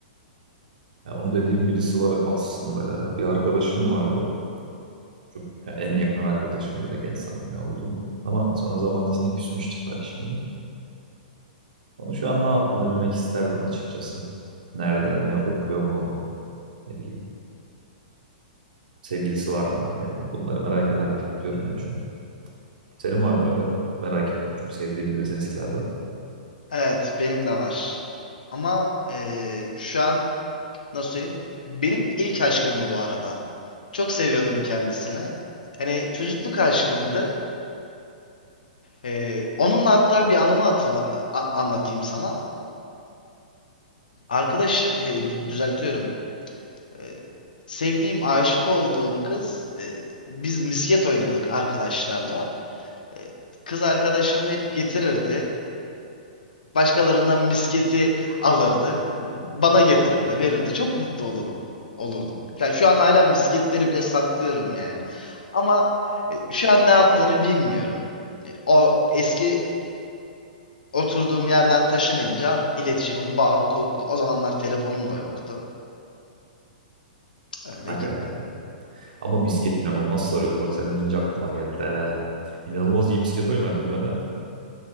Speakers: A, on the right; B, on the left.
A: Ya onu dediğim birisi var aslında ya. Bir arkadaşım vardı. Çok ya en yakın arkadaşım direkt en samimi olduğum. Ama sonra zaman içinde küsmüştük tabii şimdi. Onu şu an ne yaptığını bilmek isterdim açıkçası. Nerede, ne okuyor mu, ne bileyim. Sevgilisi var mı, ne bileyim. Bunları merak eder, ediyorum yani şu an. Senin var mı öyle merak ettiğin çok sevdiğin birisi eskilerden?
B: Evet, benim de var. Ama eee, şu an nasıl söyleyeyim? Benim ilk aşkımdı bu arada. Çok seviyordum kendisini. Hani çocukluk aşkımdı. Eee, onunla hatta bir anımı hatırla a- a- anlatayım sana. Arkadaşım, e, dü- düzeltiyorum. Eee, sevdiğim, aşık olduğum kız, e, biz misket oynuyorduk arkadaşlarla. E, Kız arkadaşım hep getirirdi. Başkalarından misketi alırdı. Bana getirirdi, verirdi. Çok mutlu olurum. Olurdum. Yani şu an hala misketleri bile saklıyorum yani. Ama e, şu an ne yaptığını bilmiyorum. E, O eski oturduğum yerden taşınınca iletişimim, bağım koptu. O zamanlar telefonum da yoktu. Öyle
A: Aga
B: gitti.
A: be. Ama misket inanılmaz sarıyordu. Bak sen deyince aklıma geldi. he. İnanılmaz iyi misket oynardım ben. he.